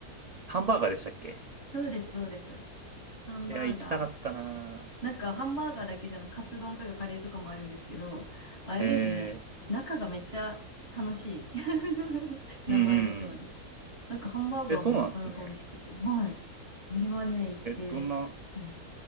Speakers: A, on the right (about 45°); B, on the left (about 50°).
A: ハンバーガーでしたっけ
B: そうです、そうです。ハンバーガー。
A: いや、行きたかったなぁ。
B: なんか、ハンバーガーだけじゃなく、カツ丼とかカレーとかもあるんですけど、あれですね。
A: え
B: 中がめっちゃ楽しい。<laughs> 名前の通り。
A: ー、うんうんうん。
B: なんか、ハンバーガーもなかなか美味しくて。
A: え、そうなんですね。
B: はい。あれはね、行って、
A: え、どんな、
B: うん。